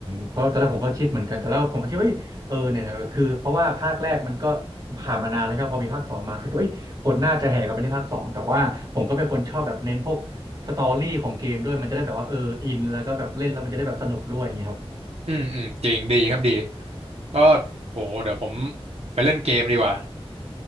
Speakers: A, on the right (about 40°); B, on the right (about 75°).
A: เพราะตอนแรกผมก็คิดเหมือนกันแต่แล้วผมก็คิดว่าเอ้ยเออเนี่ยนะคือเพราะว่าภาคแรกมันก็ผ่านมานานแล้วครับพอมีภาคสองมาก็คิดว่าเอ้ยคนน่าจะแห่กันไปเล่นภาคสองแต่ว่าผมก็เป็นคนชอบแบบเน้นพวกสตอรี่ของเกมด้วยมันจะได้แบบว่าเอออินแล้วก็แบบเล่นแล้วมันจะได้แบบสนุกด้วยอย่างเงี้ยครับ
B: อืมอืมจริงดีครับดีก็โหเดี๋ยวผมไปเล่นเกมดีกว่า